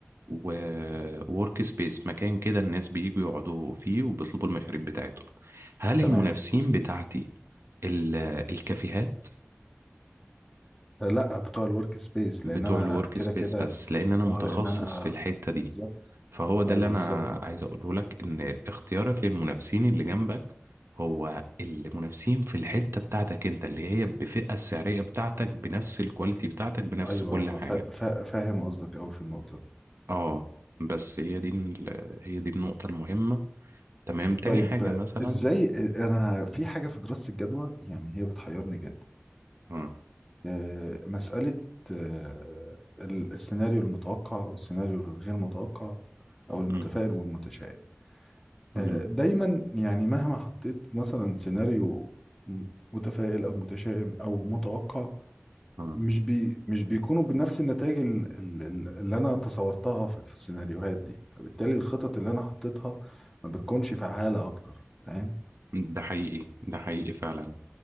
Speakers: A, on the right; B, in the centre.
A: وورك سبيس مكان كده الناس بييجوا يقعدوا فيه وبيطلبوا المشاريب بتاعتهم هل
B: تمام
A: المنافسين بتاعتي ال- الكافيهات
B: لا بتوع الورك سبيس
A: بتوع
B: لان انا
A: الورك
B: كده
A: سبيس
B: كده
A: بس لان انا متخصص
B: اه لان انا
A: في الحتة دي
B: بالظبط
A: فهو ده
B: ايوه
A: اللي انا
B: بالظبط اه
A: عايز اقوله لك ان اختيارك للمنافسين اللي جنبك هو المنافسين في الحتة بتاعتك انت اللي هي بفئة السعرية بتاعتك بنفس الكواليتي بتاعتك بنفس
B: ايوه
A: كل
B: ايوه
A: حاجة
B: فا- فا- فاهم قصدك قوي في النقطة دي
A: اه بس هي دي ال- هي دي النقطة المهمة تمام تاني
B: طيب
A: حاجة مثلا
B: ازاي انا في حاجة في دراسة الجدوى يعني هي بتحيرني جدا
A: اه
B: آه، مسألة آه، ال- السيناريو المتوقع والسيناريو الغير متوقع أو المتفائل
A: مم.
B: والمتشائم
A: مم.
B: آه، دايما يعني مهما حطيت مثلا سيناريو م- متفائل أو متشائم أو متوقع
A: اه
B: مش بي مش بيكونوا بنفس النتائج ال- ال- ال- اللي أنا تصورتها في في السيناريوهات دي فبالتالي الخطط اللي أنا حطيتها ما بتكونش فعالة أكتر فاهم
A: ده حقيقي ده حقيقي فعلا